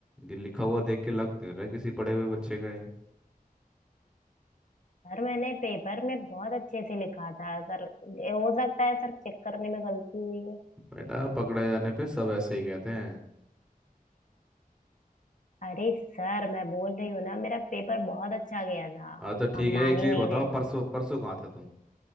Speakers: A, in the centre; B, on the left (about 55°).
A: ये लिखा हुआ देख के लग तो नहीं रहा किसी पढ़े हुए बच्चे का ये
B: सर मैंने पेपर में बहुत अच्छे से लिखा था सर हो सकता है सर चेक करने में गलती हुई हो
A: बेटा पकड़े जाने पे सब ऐसे ही कहते हैं
B: अरे सर मैं बोल रही हूँ ना मेरा पेपर बहुत अच्छा गया था
A: हाँ तो ठीक
B: आप
A: है
B: मान
A: एक चीज
B: ही नहीं
A: बताओ
B: रहे
A: परसों परसों कहाँ थे तुम